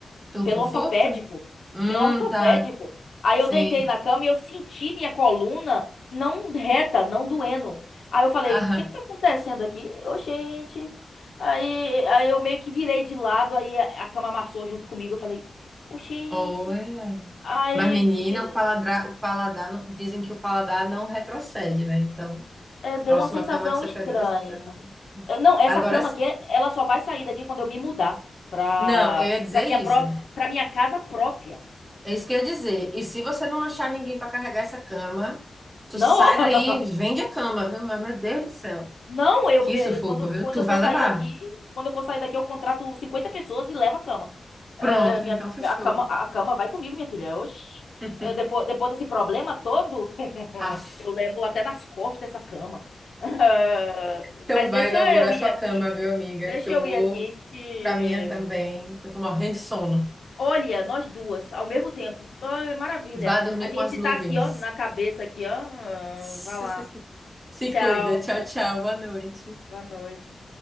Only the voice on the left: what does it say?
Pelo
ortopédico.
Pelo ortopédico.
Aí
eu deitei na cama e eu senti minha coluna não reta, não doendo. Aí eu falei,
o que que tá acontecendo aqui? Ô, gente. Aí, aí eu meio que virei de lado, aí a a cama amassou junto comigo. Eu falei, ô, gente.
Aí
de-
é, deu
uma sensação
estranha.
É, Não, essa
cama
aqui, é- ela só vai sair daqui quando eu me mudar pra,
pra minha
pró, pra minha casa própria.
Não,
<laughs>
Não, eu,
eh,
quando,
quando
eu
for sair
daqui, quando eu for sair daqui, eu contrato 50 pessoas e levo a cama. Eh,
minha,
fi-
a cama, a cama vai comigo, minha filha. Oxi.
Eh, depois, depois desse problema todo, <laughs>
eu levo até nas costas essa cama. <laughs> Eh,
mas
deixa
eu ir
aqui.
Deixa
eu
ir aqui que.
Olha, nós duas, ao mesmo tempo. Ah, maravilha.
A gente
tá aqui, ó, na cabeça aqui, ó. Ah,
Vai lá.
Tchau.
Boa noite.